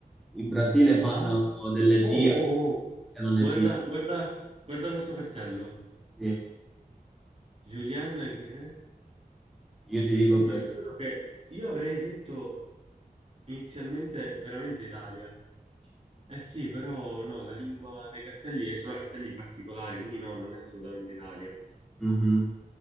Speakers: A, in the centre; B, on the right.
A: in Brasile fanno
B: Ah?
A: delle
B: Oh,
A: Fiat
B: oh, oh.
A: che non
B: Guarda,
A: esistono.
B: guarda, guarda questo cartello.
A: Sì,
B: Julian Ghirre.
A: Io ti dico
B: Oddio,
A: Brasile.
B: giuro che io avrei detto inizialmente veramente Italia. Eh sì, però no, la lingua dei cartelli, e sono cartelli particolari, quindi no, non è assolutamente Italia.
A: Mhm.